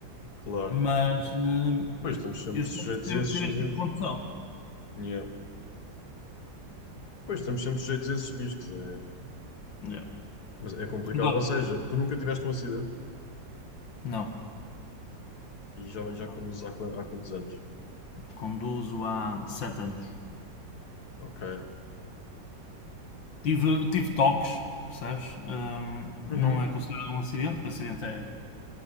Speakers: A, on the left; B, on the left.
A: claro.
B: Mas eh,
A: Pois estamos sempre
B: eu
A: sujeitos
B: tento sempre
A: a esses.
B: ter
A: eh,
B: este tipo de condução.
A: Yeah. Pois estamos sempre sujeitos a esses riscos. É...
B: Yeah.
A: Mas é complicado.
B: Agora,
A: Ou seja, tu nunca tiveste um acidente
B: não,
A: e já, já
B: não.
A: conduzes há, quan- há quantos anos?
B: Conduzo há sete anos.
A: Ok.
B: Tive, tive toques, percebes? Ahm,
A: Uhum.
B: não é considerado um acidente, porque o acidente é